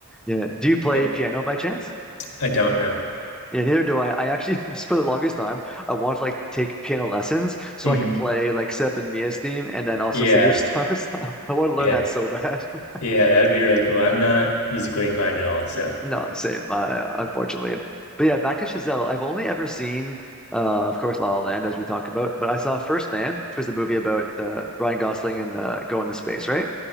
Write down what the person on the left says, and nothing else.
Yep.
I don't know.
Mm,
yeah
yeah.
Yeah, that would be really cool. I'm not musically inclined at all, so